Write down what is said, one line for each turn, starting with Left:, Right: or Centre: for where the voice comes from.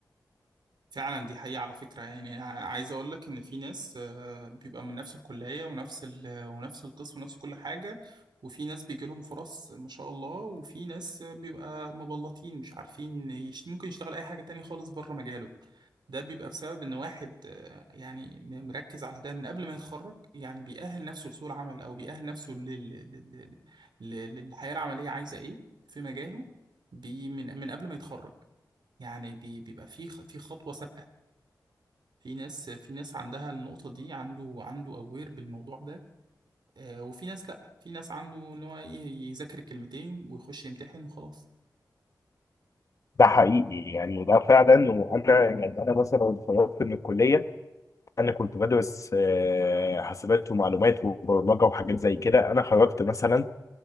Right: فعلا دي حقيقة على فكرة يعني أنا عايز أقول لك إن في ناس آه، بيبقى من نفس الكلية ونفس ال ونفس القسم ونفس كل حاجة وفي ناس بيجي لهم فرص ما شاء الله وفي ناس بيبقى مبلطين مش عارفين يشت ممكن يشتغل أي حاجة تانية خالص بره مجاله ده بيبقى بسبب إن واحد آه، يعني م- مركز على ده من قبل ما يتخرج يعني بيأهل نفسه لسوق العمل أو بيأهل نفسه لل- لل- لل- للحياة العملية عايزة إيه في مجاله بي من من قبل ما يتخرج يعني بي- بيبقى في خ- في خطوة سابقة في ناس في ناس عندها النقطة دي عنده عنده أوير بالموضوع ده آه، وفي ناس لأ في ناس عنده إن هو إيه يذاكر الكلمتين ويخش يمتحن وخلاص
Left: ده حقيقي يعني ده فعلا وانا يعني انا مثلا اتخرجت من الكلية انا كنت بدرس آه، حاسبات ومعلومات وبرمجه وحاجات زي كده انا خرجت مثلا